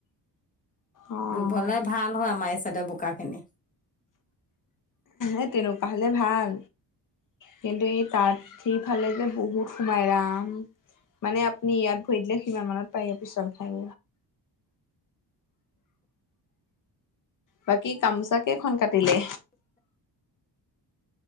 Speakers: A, on the left; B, on the left.
A: অ'
B: ৰুবলৈ ভাল হয় আমাৰ এই চডে বোকা খিনি
A: এই তেনেকুৱা হ'লে ভাল কিন্তু এই তাত সিফালে যে বহুত সোমাই ৰাম মানে আপুনি ইয়াত ভৰি দিলে কিমান মানত পায়গ পিছল খাই বাকী গামোচাাকেইখন কাটিলে